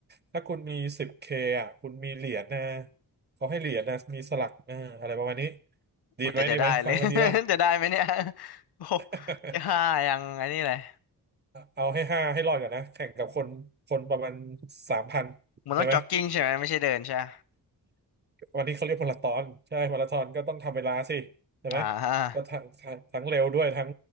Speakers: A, on the right; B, on the left.
A: ถ้าคุณมีสิบเคอ่ะคุณมีเหรียญนะเขาให้เหรียญนะมีสลักเอออะไรประมาณนี้ดีไหมดีไหมฟังแล้วดีป่ะ
B: อุยแต่จะได้เลย <laughs> จะได้ไหมเนี่ย <laughs> โอ้โห
A: <laughs>
B: แค่ห้ายังไอ้นี่เลย
A: เอาให้ห้าให้รอดก่อนนะแข่งกับคนคนประมาณสามพันโอเคไหม
B: มันต้องจ็อกกิ้งใช่ไหมไม่ใช่เดินใช่ไหม
A: วันนี้เขาเรียกมาราธอนใช่มาราธอนก็ต้องทำเวลาสิใช่ไหม
B: อ่า
A: ก็ทั้งทั้งทั้งเร็วด้วยทั้ง